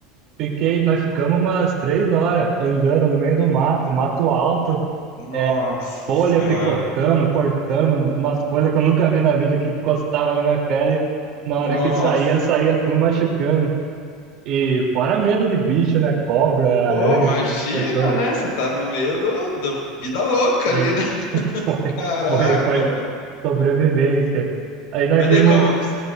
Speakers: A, on the right; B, on the left.
A: Fiquei, nós ficamos umas três horas andando no meio do mato, mato alto.
B: Nossa
A: É, folha
B: senhora.
A: picotando, cortando, umas folhas que eu nunca vi na vida que encostava na minha pele. Na
B: Nossa.
A: hora que saía, saía tudo machucando. E fora medo de bicho, né? Cobra,
B: Pô,
A: aranha,
B: imagina,
A: essas coisas todas.
B: né? Você tá no meio do, da vida louca
A: E
B: ali, né?
A: <laughs>
B: <laughs>
A: foi,
B: Caraca,
A: foi, foi
B: mano.
A: sobrevivência. Aí nós
B: Mas
A: vimos.
B: daí como.